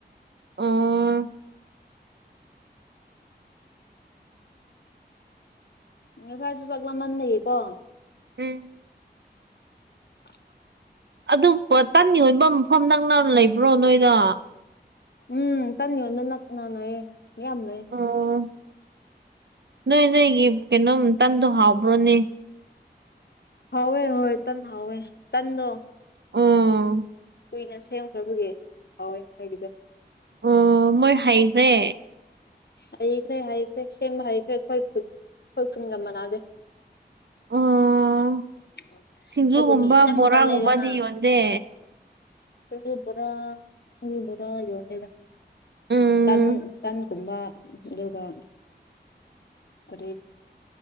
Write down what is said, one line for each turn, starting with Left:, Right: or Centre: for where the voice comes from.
Right: ꯑꯣ
Left: ꯁꯥꯏ ꯆꯁꯨ ꯆꯥꯛ ꯂꯥꯝꯃꯟ ꯂꯩꯌꯦ ꯀꯣ
Right: ꯎꯝ
Left: ꯑ
Right: ꯑꯗꯨ ꯇꯟꯒꯤ ꯑꯣꯏꯕ ꯃꯐꯝ ꯅꯪꯅ ꯂꯩꯕ꯭ꯔꯣ ꯅꯣꯏꯗ
Left: ꯎꯝ ꯀꯔ ꯌꯣꯟꯕ ꯅꯛꯅꯌꯦ ꯃꯤꯌꯥꯝꯅ
Right: ꯑꯣ ꯅꯣꯏ ꯅꯣꯏꯒꯤ ꯀꯩꯅꯣꯝꯇꯟꯗꯣ ꯍꯥꯎꯕ꯭ꯔꯣꯅꯦ
Left: ꯍꯋ ꯍ ꯇ ꯍꯋ ꯇꯗꯣ
Right: ꯎꯝ
Left: ꯀꯨꯏꯅ ꯁꯦꯝꯈ꯭ꯔꯕꯒꯤ ꯍꯥꯎꯋꯦ ꯃꯣꯏꯒꯤꯗ
Right: ꯑꯣ ꯃꯣꯏ ꯍꯩꯈꯔꯦ
Left: ꯍꯩꯈ꯭ꯔꯦ ꯍꯩꯈ꯭ꯔꯦ ꯁꯦꯝꯕ ꯍꯩꯈ꯭ꯔꯦ ꯑꯩꯈꯣꯏ ꯈꯨꯜ ꯑꯩꯈꯣꯏ ꯈꯨꯨꯟꯒ ꯃꯅꯥꯗꯦ
Right: ꯑꯣ
Left: <inaudible>
Right: ꯁꯤꯡꯖꯨꯒꯨꯝꯕ
Left: ꯍꯗꯤ ꯏꯀꯟ
Right: ꯕꯣꯔꯥꯒꯨꯝꯕꯗꯤ
Left: ꯀꯟ ꯂꯩꯗꯅ
Right: ꯌꯣꯟꯗꯦ
Left: ꯆ ꯄꯨꯔꯥ ꯇ ꯄꯨꯨꯔꯥ ꯌꯣꯟꯗꯦꯗ
Right: ꯎꯝ
Left: ꯇꯟ ꯇꯟ ꯀꯨꯝꯕ ꯑꯗꯨꯒ ꯀꯔꯤ